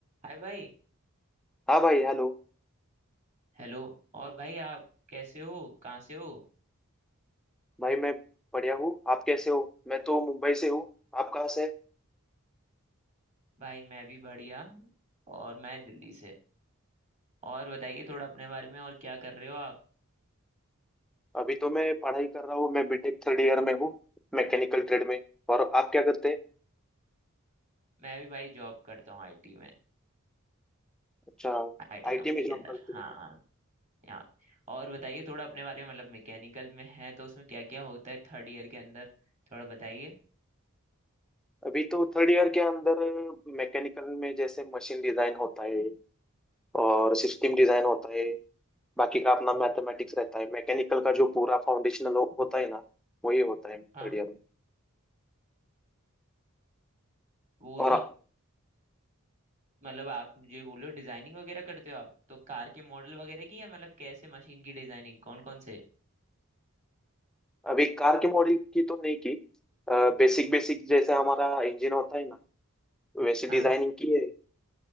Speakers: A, on the right; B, in the centre.
A: हाय भाई
B: हाँ भाई हेलो
A: हेलो और भाई आप कैसे हो कहाँ से हो
B: भाई मैं बढ़िया हूँ आप कैसे हो मैं तो मुंबई से हूँ आप कहाँ से
A: भाई मैं भी बढ़िया और मैं दिल्ली से और बताइए थोड़ा अपने बारे में और क्या कर रहे हो आप
B: अभी तो मैं पढ़ाई कर रहा हूँ मैं बीटेक थर्ड ईयर में हूँ मैकेनिकल ट्रेड में और आप क्या करते हैं
A: मैं भी भाई जॉब करता हूँ आईटी में
B: अच्छा
A: आईटी
B: आईटी
A: कंपनी
B: में
A: के
B: जॉब
A: अंदर
B: करते
A: हाँ
B: हैं क्या
A: हाँ यहाँ और बताइए थोड़ा अपने बारे में मतलब मैकेनिकल में है तो उसमें क्या क्या होता है थर्ड ईयर के अंदर थोड़ा बताइए
B: अभी तो थर्ड ईयर के अंदर मैकेनिकल में जैसे मशीन डिजाइन होता है और सिस्टम डिजाइन होता है बाकी का अपना मैथमेटिक्स रहता है मैकेनिकल का जो पूरा फाउंडेशनल होता है ना वही होता है थर्ड
A: हाँ
B: ईयर में
A: वो
B: और
A: तो मतलब आप मुझे बोलो डिजाइनिंग वगैरह करते हो आप तो कार के मॉडल वगैरह की या मतलब कैसे मशीन की डिजाइनिंग कौन कौन से
B: अभी कार के मॉडल की तो नहीं की बेसिक बेसिक जैसे हमारा इंजन होता है ना वैसी डिजाइनिंग
A: हाँ
B: की है